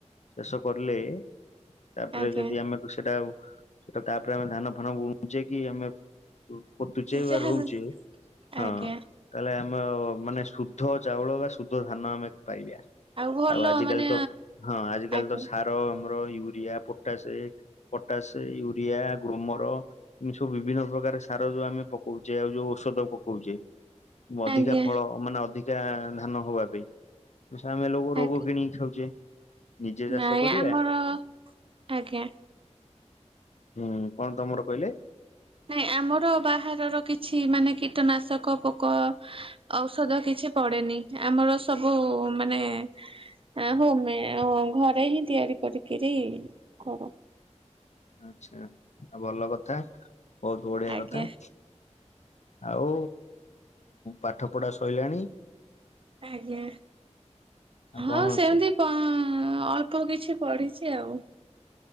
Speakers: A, on the left; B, on the right.
A: ଚାଷ କରିଲେ ତାପରେ
B: ଆଜ୍ଞା
A: ଯଦି ଆମେ କୁ ସେଟା ଆଉ ସେଟା ତାପରେ ଆମେ ଧାନ ଫାନ ବୁଣୁଚେକି ଆମେ ପୋତୁଚେ
B: ଯାହାବି
A: ବା ରୋଉଚେ
B: ଆଜ୍ଞା
A: ହଁ। ତାହେଲେ ଆମ ମାନେ ଶୁଦ୍ଧ ଚାଉଳ ବା ଶୁଦ୍ଧ ଧାନ ଆମେ ପାଇବା।
B: ଭଲ
A: ଆଉ ଆଜି
B: ମାନେ
A: କାଲି ତ ହଁ ଆଜ କାଲି
B: ଆଜ୍ଞା
A: ତ ସାର ଆମର ୟୁରିଆ ପୋଟାସେ ପଟାସେ ୟୁରିଆ ଗ୍ରୋମର। ଏ ସବୁ ବିଭିନ୍ନ ପ୍ରକାର ସାର ଯୋଉ ଆମେ ପକୋଉଚେ ଆଉ ଯୋଉ ଔଷଧ ପକୋଉଚେ ଅଧିକା
B: ଆଜ୍ଞା
A: ଫଳ ମାନେ ଅଧିକା ଧାନ ହବା ପାଇଁ। ଆମେ ଲୋକ <unintelligible> ରୋଗ
B: ଆଜ୍ଞା
A: କିଣିକି ଖାଉଛେ। ନିଜେ ଚାଷ
B: ନାଇଁ
A: କରିବା
B: ଆମର ଆଜ୍ଞା
A: ହୁଁ କଣ ତମର କହିଲେ?
B: ନାଇଁ ଆମର ବାହାରର କିଛି ମାନେ କୀଟନାଶକ ପୋକ ଔଷଧ କିଛି ପଡେନି ଆମର ସବୁ ମାନେ ଆ ହଉମେ <unintelligible> ଘରେ ହିଁ ତିଆରି କରିକିରି କରୁ।
A: ଆଛା ଭଲ କଥା ବୋହୁତ ବଢିଆ
B: ଆଜ୍ଞା
A: କଥା। ଆଉ ପାଠ ପଢା ସଇଲାଣି।
B: ଆଜ୍ଞା
A: ଆଉ
B: ହଁ
A: କଣ
B: ସେମତି
A: ଅଛି
B: କ ଅଳ୍ପ କିଛି ପଢିଛି ଆଉ।